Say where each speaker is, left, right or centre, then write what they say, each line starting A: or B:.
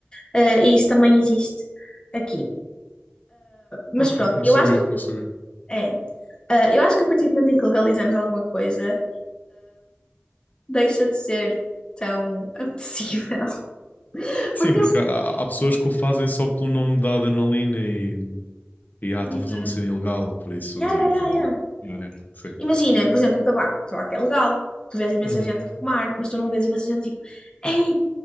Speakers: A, on the left (about 25°); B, on the left (about 45°).
A: Eh, e isso também existe aqui. Mas
B: Ok.
A: pronto,
B: Não
A: eu
B: sabia,
A: acho que
B: não sabia.
A: é, eh, eu acho que a partir do momento em que legalizamos alguma coisa, deixa de ser tão apetecível. <laughs>
B: Sim,
A: Porque
B: porque há, há há pessoas que o fazem só pelo nome da adrenalina e, e ah, estou
A: Uhum.
B: a fazer uma cena ilegal, por isso.
A: Ya, ya, ya,
B: tô-
A: ya.
B: É, sim.
A: Imagina, por exemplo, o tabaco. O tabaco é legal. Tu vês imensa
B: Uhum.
A: gente a fumar, mas tu não vês imensa gente tipo, ei,